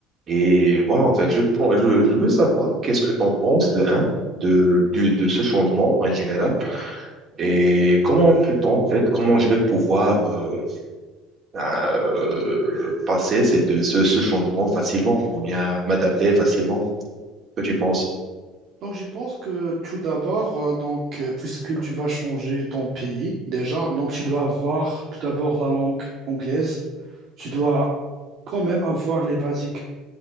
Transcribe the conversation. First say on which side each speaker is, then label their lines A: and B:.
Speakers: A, on the right (about 40°); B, on the right (about 60°).
A: Et voilà en fait, je, pour- je, je veux savoir qu'est-ce que t'en penses de un, de, de, de ce changement en général et comment peut-on en fait, comment je vais pouvoir euh, euh, passer cette, ce, ce changement facilement ou bien m'adapter facilement que tu penses?
B: Donc, je pense que tout d'abord, euh, donc, euh, puisque tu vas changer ton pays déjà, donc tu dois avoir tout d'abord la langue anglaise. Tu dois quand même avoir les basiques.